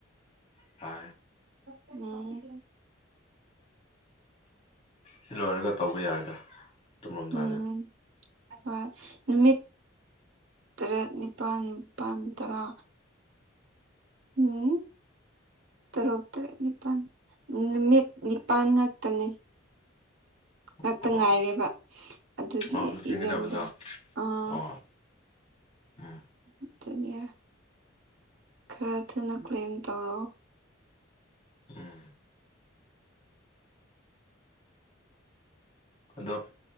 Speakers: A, on the left; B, on the right.
A: ꯍ
B: ꯎꯝ
A: ꯁꯤ ꯂꯣꯏꯔꯒ ꯇꯧꯕ ꯌꯥꯏꯗ ꯇꯨꯝꯂꯝꯗꯥꯏꯗ
B: ꯎꯝ ꯍꯣꯢ ꯅꯨꯃꯤꯠ ꯇꯔꯦꯠ ꯅꯤꯄꯥꯜ ꯅꯤꯄꯥꯜ ꯇꯔꯥ ꯎꯝ ꯇꯔꯨꯛ ꯇꯔꯦꯠ ꯅꯤꯄꯥꯜ ꯅꯨꯃꯤꯠ ꯅꯤꯄꯥꯜ ꯉꯛꯇꯅꯦ ꯉꯥꯛꯇ
A: ꯑꯣ
B: ꯉꯥꯏꯔꯦꯕ ꯑꯗꯨꯒꯤ
A: ꯑꯣ ꯊꯦꯡꯒꯗꯕꯗꯣ
B: ꯏꯚꯟꯗꯣ ꯑꯥ
A: ꯑꯣ ꯎꯝ
B: ꯑꯗꯨꯒꯤ ꯈꯔ ꯊꯨꯅ ꯀ꯭ꯂꯦꯝ ꯇꯧꯔꯣ
A: ꯎꯝ ꯑꯗꯣ